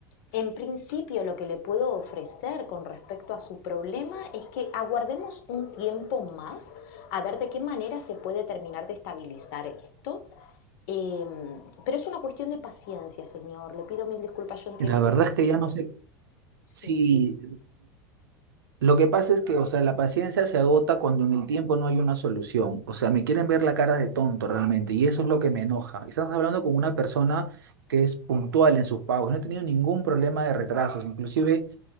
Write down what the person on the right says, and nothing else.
La verdad
es que ya no sé
si... Lo que pasa es que, o sea, la paciencia se agota cuando en el tiempo no hay una solución. O sea, me quieren ver la cara de tonto realmente y eso es lo que me enoja. Estás hablando con una persona que es puntual en sus pagos. No he tenido ningún problema de retrasos. Inclusive